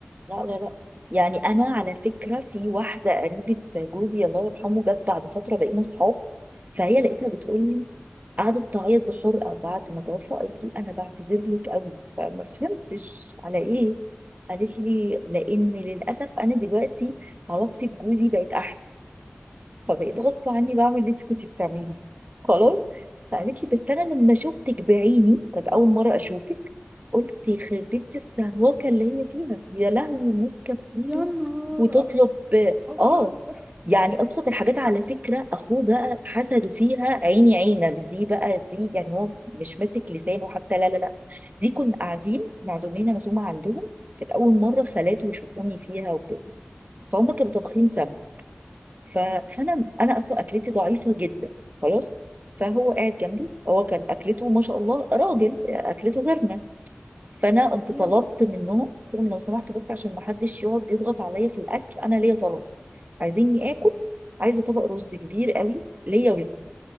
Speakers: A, on the right; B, on the right.
A: لا لا لا يعني انا على فكره في واحده قريبه جوزي الله يرحمه جت بعد فتره بقينا صحاب فهي لقيتها بتقول لي قعدت تعيط بحرقه بعد ما توفى قالت لي انا بعتذر لك قوي فما فهمتش على ايه قالت لي لان للاسف انا دلوقتي علاقتي بجوزي بقت احسن فبقيت غصب عني بعمل اللي انت كنتي بتعمليه خلاص فقالت لي بس انا لما شفتك بعيني كانت اول مره اشوفك قلت يخرب بيت السهواكه اللي هي فيها يا لهوي ماسكه في ايده
B: يا نهار
A: وتطلب
B: أبيض
A: اه
B: <laughs>
A: يعني ابسط الحاجات على فكره اخوه بقى حسده فيها عيني عينك دي بقى دي يعني هو مش ماسك لسانه حتى لا لا لا دي كنا قاعدين معزومين عزومه عندهم كانت اول مره خالاته يشوفوني فيها وكده فهم كانوا طابخين سمك ف... فانا انا اصلا اكلتي ضعيفه جدا خلاص فهو قاعد جنبي هو كان اكلته ما شاء الله راجل اكلته غيرنا فانا قمت
B: طبيعي
A: طلبت منهم قلت لهم لو سمحتوا بس عشان ما حدش يقعد يضغط عليا في الاكل انا ليا طلب عايزيني اكل عايزه طبق رز كبير قوي ليا وليه